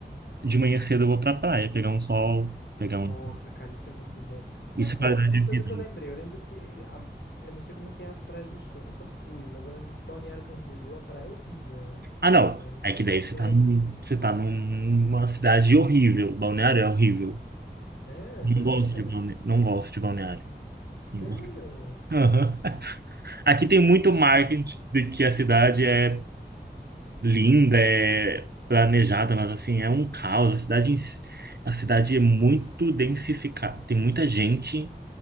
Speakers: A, on the right; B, on the left.
A: de manhã cedo eu vou pra praia, pegar um sol, pegar
B: Nossa,
A: um.
B: cara, isso é muito bom.
A: Isso
B: Mas, pô,
A: é qualidade
B: uma
A: de
B: coisa
A: vida.
B: que eu lembrei,
A: né?
B: eu lembro que a- eu não sei como é que é as praias do sul, eu nunca fui, mas eu lembro que Balneário Camboriú, a praia é horrível, né?
A: Ah, não.
B: Eu não sei
A: É que
B: como
A: daí
B: é
A: você
B: que
A: tá,
B: é aí.
A: num- você tá numa cidade horrível. Balneário é horrível.
B: É,
A: Não
B: você
A: gosto
B: acha?
A: de balneário. Não gosto de balneário.
B: Sério?
A: <laughs> Aham. Aqui tem muito marketing de que a cidade é linda, é planejada, mas assim, é um caos. A cidade, em si- a cidade é muito densificada. Tem muita gente